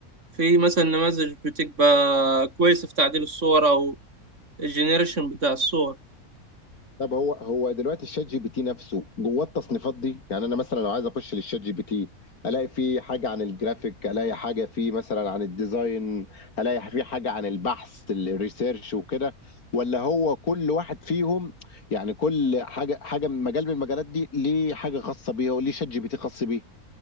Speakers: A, on the right; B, on the left.
A: في مثلا نماذج بتبقى كويسة في تعديل الصور أو الجنريشن بتاع الصور
B: طب هو هو دلوقتي الشات جي بي تي نفسه جواه التصنيفات دي يعني انا مثلا لو عايز اخش للشات جي بي تي الاقي فيه حاجه عن الجرافيك الاقي حاجه فيه مثلا عن الديزاين الاقي فيه حاجه عن البحث الريسيرش وكده ولا هو كل واحد فيهم يعني كل حاجه حاجه من مجال من المجالات دي ليه حاجه خاصه بيها وليه شات جي بي تي خاص بيه